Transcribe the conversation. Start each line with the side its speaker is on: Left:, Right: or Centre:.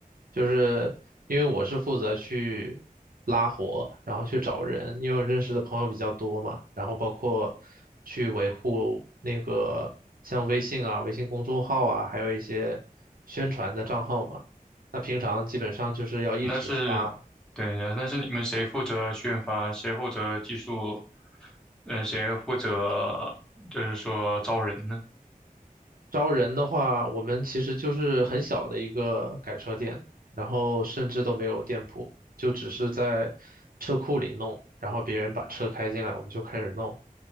Right: 就是因为我是负责去拉活，然后去找人，因为我认识的朋友比较多嘛，然后包括去维护那个像微信啊、微信公众号啊，还有一些宣传的账号嘛。那平常基本上就是要一直发。
Centre: 那是，对，那是你们谁负责宣发，谁负责技术，呃，谁负责就是说招人呢？
Right: 招人的话，我们其实就是很小的一个改车店，然后甚至都没有店铺，就只是在车库里弄，然后别人把车开进来，我们就开始弄。